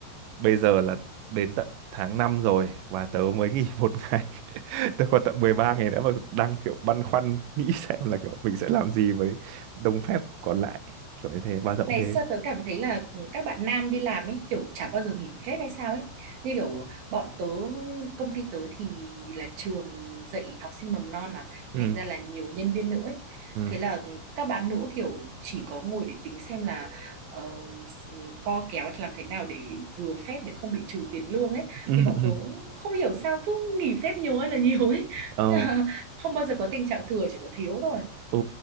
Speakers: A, on the right (about 75°); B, on the right (about 55°).
A: bây giờ là đến tận tháng 5 rồi và tớ mới nghỉ một <laughs> ngày tớ còn tận 13 ngày nữa mà đang kiểu băn khoăn nghĩ xem là kiểu mình sẽ làm gì với đồng phép còn lại kiểu như thế bao rộng
B: Này
A: thế
B: sao tớ cảm thấy là ừ, các bạn nam đi làm ấy kiểu chả bao giờ nghỉ phép hay sao ấy. Như kiểu bọn tớ, công ty tớ thì là trường dạy học sinh mầm non mà,
A: ừ
B: thành ra là nhiều nhân viên nữ ấy.
A: ừ
B: Thế là các bạn nữ kiểu chỉ có ngồi để tính xem là ờ, s- ừ, co kéo làm thế nào để vừa phép để không bị trừ tiền lương ấy.
A: <laughs> ừ
B: Thì bọn
A: ừ.
B: tớ không hiểu sao cứ nghỉ phép nhiều hay là nhiều ấy.
A: ờ
B: <laughs> Không bao giờ có tình trạng thừa chỉ có thiếu thôi.
A: ừ